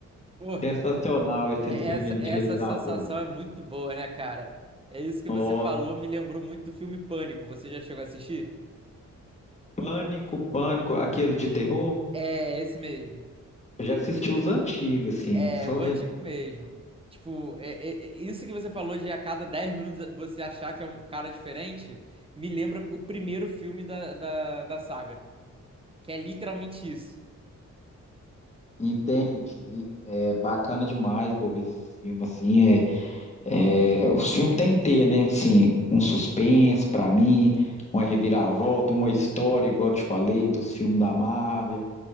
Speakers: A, on the right; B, on the left.
A: Pô,
B: Sensacional esse
A: é-
B: filme
A: essa,
B: de
A: essa
B: reviravolta.
A: sensação é muito boa, né, cara? É isso que
B: Ó,
A: você falou, me lembrou muito do filme Pânico. Você já chegou a assistir?
B: pânico, pânico, aquele de terror?
A: É, esse mesmo.
B: Eu já assisti os antigos, assim,
A: É,
B: só
A: o
B: os
A: antigo
B: antigos.
A: mesmo. Tipo, é- é- é- isso que você falou de a cada 10 minutos você achar que é um cara diferente, me lembra o primeiro filme da, da, da saga, que é literalmente isso.
B: Entendi. É bacana demais, Bob, esse filme, assim, é, é, os filmes tem que ter, né, assim, um suspense pra mim, uma reviravolta, uma história, igual eu te falei, dos filmes da Marvel,